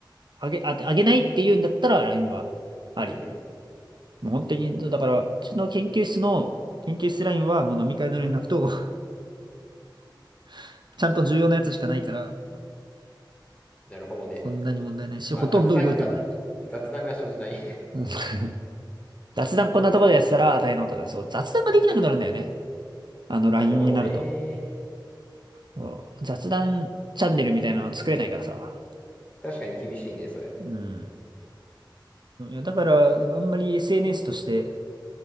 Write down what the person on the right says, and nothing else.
あげ、あ、あげないっていうんだったら LINE はあり。
もう本当に、だから、うちの研究室の、研究室 LINE はもう飲み会の連絡と、<laughs> ちゃんと重要なやつしかないから、
そんなに問題ないし、
ほとんど動いてもない。
うん <laughs> 雑談こんなところでやってたら大変なことだ。そう、雑談ができなくなるんだよね。
あの、LINE
になると。そう雑談チャンネルみたいなの作れないからさ。
うん。いや、だから、あんまり SNS として、